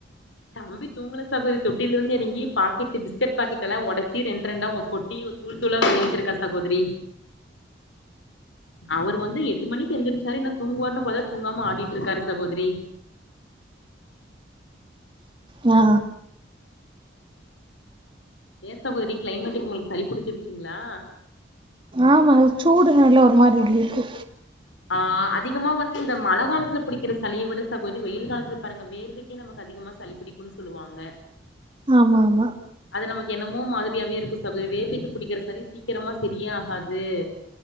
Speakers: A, on the left; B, on the right.
A: தம்பி துங்குல சகோத்ரி தொட்டிலருந்து எறங்கி பாக்கெட்டு பிஸ்கட் பாக்கெட்ல்லா ஒடச்சு ரெண் ரெண்டா ஒ கொட் டீவு தூள் தூளா பண்ணி வெச்சுருக்கா சகோத்ரி அவர் வந்து எட்டு மணிக்கு எந்திரிச்சாரு இன்னு தூங்குவாருன்னு பாத்தா தூங்காம ஆடிட்ருக்காரு சகோதரி
B: வா
A: என்ன சகோதரி கிளைமேட்டு்க்கு உங்களுக்கு சளி புடிச்சிருச்சிங்களா
B: ஆமா சூடு நல்ல ஒரு மாரி இருக்கு
A: ஆ அதிகமா வந்துட்டு இந்த மழ காலத்துல பிடிக்கிற சளிய விட சகோதரி வெயில் காலத்துல பாருங்க வேர்வைக்கே நமக்கு அதிகமா சளி பிடிக்கும் சொல்லுவாங்க
B: ஆமா ஆமா
A: அத நமக்கு என்னமோ மாதிரியாவே இருக்கு சகோதரி வேர்வைக்கு பிடிக்கிற சளி சீக்கிரமா செரியே ஆகாது